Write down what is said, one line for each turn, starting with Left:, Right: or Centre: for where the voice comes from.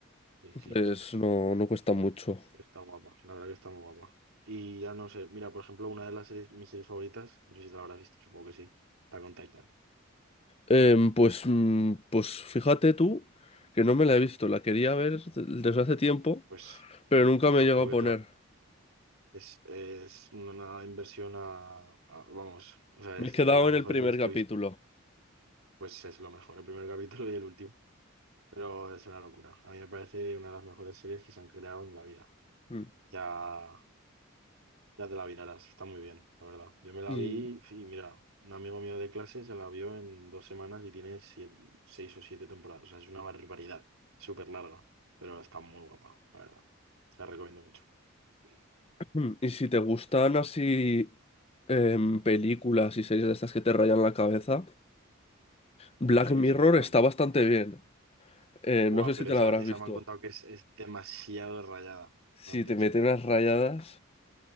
Right: sí, sí,
Left: pues
Right: eso es.
Left: no, no cuesta mucho.
Right: Está guapa, la verdad que está muy guapa. Y ya no sé, mira, por ejemplo, una de las series, mis series favoritas, no sé si te la habrás visto, supongo que sí, está con Titan.
Left: Em, pues, mm, pues fíjate tú que no me la he visto, la quería ver desde hace tiempo,
Right: Pues
Left: pero nunca
Right: te
Left: me
Right: lo
Left: he llegado
Right: juro
Left: a
Right: que
Left: poner.
Right: te la... Es, es una inversión a, a- Vamos, o sea,
Left: Me
Right: es
Left: he quedado
Right: de las
Left: en
Right: mejores
Left: el primer
Right: series
Left: capítulo.
Right: que he visto. Pues es lo mejor, el primer capítulo y el último. Pero es una locura. A mí me parece una de las mejores series que se han creado en la vida.
Left: Mm.
Right: Ya Ya te la vi, Lara, sí, está muy bien, la verdad. Yo me la
Left: Y,
Right: vi, y mira, un amigo mío de clase se la vio en dos semanas y tiene siete- seis o siete temporadas. O sea, es una barbaridad, súper larga, pero está muy guapa, la verdad. Te la recomiendo mucho. Sí,
Left: <clears throat> y si te gustan así em, películas y series de estas que te rayan la cabeza, Black
Right: eso
Left: Mirror
Right: mola
Left: está
Right: mucho.
Left: bastante bien. Eh,
Right: Buah,
Left: no sé
Right: pero
Left: si te
Right: esa,
Left: la habrás
Right: esa
Left: visto.
Right: me han contado que es, es demasiado rayada, me
Left: Si
Right: han dicho.
Left: te meten unas rayadas,